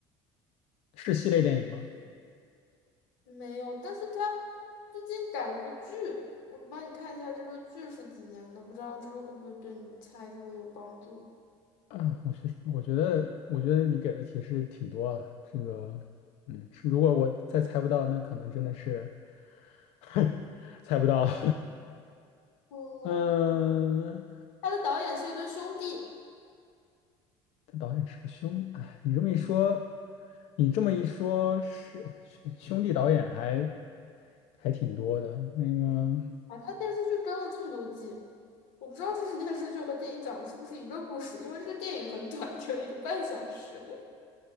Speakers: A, on the left (about 70°); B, on the left (about 80°).
A: 是系列电影吗？
B: 没有，但是他最近改了个剧，我帮你看一下这个剧是几年的，不知道这个会不会对你猜这个有帮助。
A: 啊，我觉得，我觉得，我觉得你给的提示挺多了。这个，嗯，是如果我再猜不到，那可能真的是 <laughs> 猜不到了。
B: 嗯，
A: 嗯，
B: 他的导演是一对兄弟
A: 他导演是个兄，哎，你这么一说，你这么一说是兄兄弟导演还还挺多的。那个
B: 啊，他电视剧跟了这么多季，我不知道这个电视剧和电影讲的是不是一个故事，因为这个电影很短，只有一个半小时。